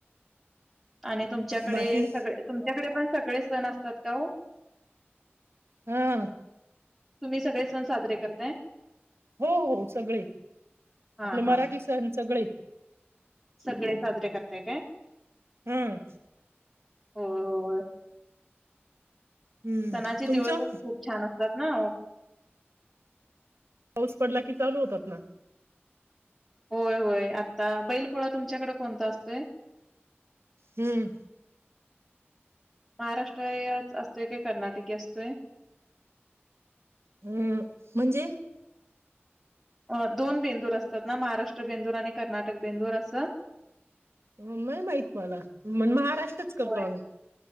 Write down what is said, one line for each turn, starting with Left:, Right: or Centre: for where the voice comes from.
Centre: आणि तुमच्याकडे
Right: बाकी
Centre: सगळे तुमच्याकडे पण सगळे सण असतात का हो?
Right: हम्म.
Centre: तुम्ही सगळे सण साजरे करताय?
Right: हो हो सगळे
Centre: हा
Right: आपले मराठी
Centre: हा
Right: सण सगळे.
Centre: सगळे साजरे करताय काय?
Right: हम्म.
Centre: होय होय.
Right: हम्म
Centre: सणाचे
Right: तुमचं?
Centre: दिवसच खूप छान असतात ना.
Right: पाऊस पडला की चालू होतात ना.
Centre: होय होय आता बैलपोळा तुमच्याकडे कोणता असतोय?
Right: हम्म.
Centre: महाराष्ट्र याच असतोय की कर्नाटकी असतोय?
Right: हम्म म्हणजे?
Centre: अ दोन बेंदूर असतात ना महाराष्ट्र बेंदूर आणि कर्नाटक बेंदूर असं.
Right: नाही माहित मला मण महाराष्ट्रच करतो
Centre: होय
Right: आम्ही.